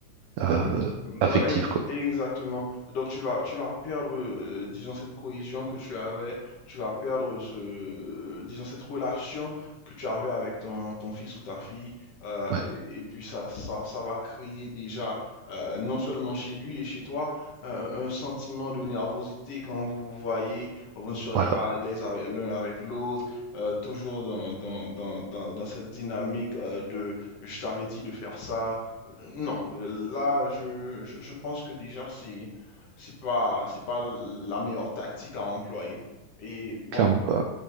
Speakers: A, on the right; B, on the left.
A: euh,
B: Mhm.
A: affective,
B: Ouais,
A: quoi.
B: e- exactement. Donc tu vas tu vas perdre euh, disons cette cohésion que tu avais, tu vas perdre ce disons cette relation que tu avais avec ton, ton fils ou ta fille euh,
A: Ouais,
B: et, et puis ça ça ça va créer déjà euh, non seulement chez lui et chez toi un, un sentiment de nervosité quand vous vous voyez, vous ne serez
A: voilà,
B: pas à l'aise avec l'un avec l'autre, euh, toujours dans dans dans dans dans cette dynamique euh, de je t'avais dit de faire ça non, je- là, je, je, je pense que déjà, c'est, c'est pas, c'est pas la meilleure tactique à employer. Et bon,
A: clairement.